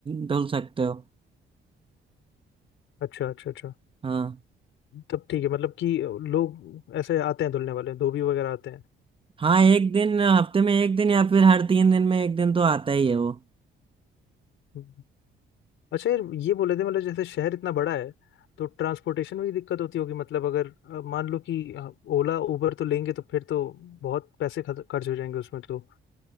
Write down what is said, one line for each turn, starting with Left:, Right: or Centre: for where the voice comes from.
Right: धुल सकते हो
Left: अच्छा अच्छा अच्छा
Right: हाँ
Left: तब ठीक है मतलब कि लोग ऐसे आते हैं धुलने वाले धोबी वगैरह आते
Right: हाँ एक दिन हफ्ते में एक दिन या फिर हर तीन दिन में एक दिन तो आता ही है वो
Left: हैं अच्छा यार ये बोले थे मतलब जैसे शहर इतना बड़ा है तो ट्रांसपोर्टेशन में भी दिक्कत होती होगी मतलब अगर अ, मान लो कि अ, ओला उबर तो लेंगे तो फिर तो बहुत पैसे खर्च खर्च हो जाएंगे उसमें तो